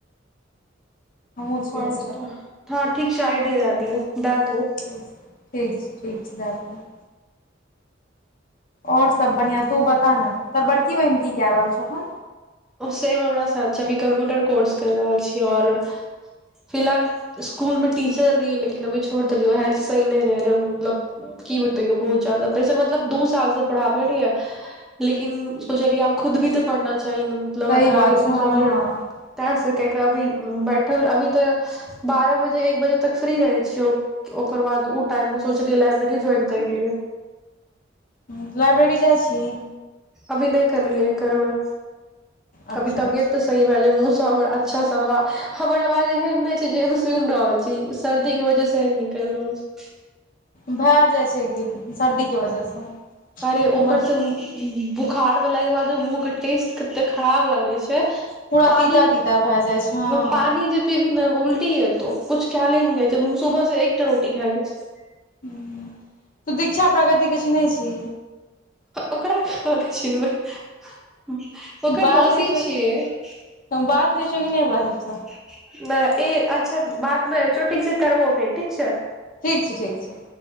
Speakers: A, on the left (about 45°); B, in the centre.
A: हमहुँ छी
B: हँ
A: इंस्टा पर
B: ठीक छै आइ डी दैऽ दियौ दैऽ देवौ।
A: ठीक छै ठीक छै, ठीक छै, दैऽ देबै। और सब बढ़ियां, तू बता न? तोहर बड़की बहिन की कैऽ रहल छौ अखन?
B: ओ सेम हमरा साथ छै, अभी कम्पुटर कोर्स कैर रहल छीयै, और फिलहाल इ-इस्कुल में टीचर रहियै, लेकिन अभी छोड़ देलियै हैल्थ सही नैय रहे, रौ-मलब की बतैयौ बहुत जादा प्रेशर मतलब दू साल स परहाबल रहियै। लेकिन सोचलियै आब खुद भी तऽ पढ़ना चाही न मतलब
A: सही
B: आधार
A: बात
B: के
A: छै
B: भरोसा
A: हँ
B: पर
A: हँ
B: तैं से केक अबी बैठल अभी तऽ बारऽ बजे एक बजे तक फ्री रहै छियौ। ओकर बाद ऊ टाइम में सोचलियै लाइब्रेरी ज्वाइन कैर लियै।
A: हुं त लाइब्रेरी जाइ छीइ?
B: अभी नै करलिए यै करबै।
A: अच्छा
B: अभी तबियत
A: अच्छा
B: तै सही भै जाए मुँह से हमर अच्छा से हमर आवा हमर अवाज एहेन नै छै जे सुइन रहल छी, सर्दी के वजह से ऐहेन निकैल रहल छै।
A: भै जाए छै गे सर्दीके वजह से
B: अरे
A: तै
B: ऊपर
A: मे
B: से बुखार भेलाक के बादो मुंह के टेस्ट कते खराब लागे छै।
A: पूरा
B: पानी
A: तीता तीता भए जाइ छै हँ
B: में पानी जे पिभि नै उल्टी एतो कुछ खाएलै नै जाए छै मु सुबह से एकटा रोटी खै के छीयै।
A: हुं तू दिक्क्षा प्रगति के चिन्हय छी।
B: ओकरा कना नै चीन्हबय। ओकर
A: बात
B: मौसी
A: होइ छौ
B: छियै। नै
A: बात होइ छौ कि नहि ओकरा सबसँ
B: ए अच्छा बात नै होय छै, ठीक छै करबो फेर ठीक छै।
A: ठीक छै, ठीक छै।